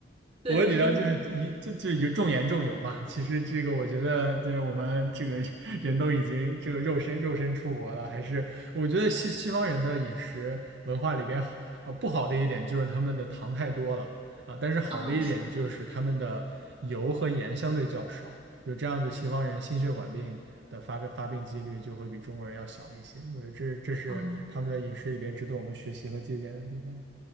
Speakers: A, on the right; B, on the right.
A: 对，
B: 我底料就是一就就有重盐重油嘛。其实这个我觉得，就是我们这个 <laughs> 人都已经这个肉身肉身出国了，还是我觉得西西方人的饮食文化里边好呃不好的一点就是他们的糖太多了啊，但是好的一点就是他们的油和盐相对较少，
A: 嗯是，
B: 就这样子西方人心血管病的发个发病几率就会比中国人要小一些。我觉得这这是他们的饮食里边值得我们学习和借鉴的地方。
A: 嗯，